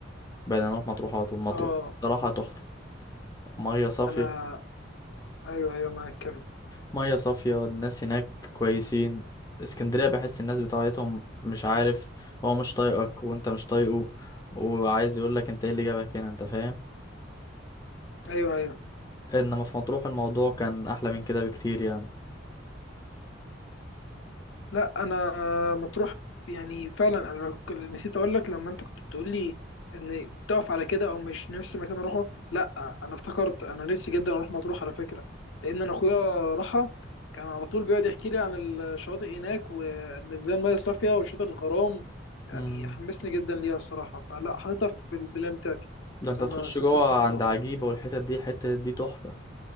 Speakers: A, on the left; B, on the left.
A: بقينا نروح مطروح على طول مطروح
B: اه
A: صراحة تحفة مية صافية
B: انا ايوه ايوه ما كمل
A: مية صافية الناس هناك كويسين اسكندرية بحس الناس بتاعتهم مش عارف هو مش طايقك وانت مش طايقه وعايز يقولك انت ايه اللي جابك هنا انت فاهم
B: ايوه ايوه
A: انما في مطروح الموضوع كان احلى من كده بكتير يعني
B: لا انا مطروح يعني فعلا انا ك- نسيت اقول لك لما انت كنت بتقول لي ان بتقف على كده او مش نفس مكان اروحه لا انا افتكرت انا نفسي جدا اروح مطروح على فكره لان انا اخويا راحها كان على طول بيقعد يحكي لي عن الشواطئ هناك وان ازاي الميه صافيه وشاطئ الغرام يعني
A: امم
B: حمسني جدا ليها الصراحه فلا حاططها في البلان بتاعتي
A: ده انت
B: ان
A: تخش
B: انا اسافر
A: جوه
B: مطروح
A: عند عجيبة والحتت دي الحتة دي تحفة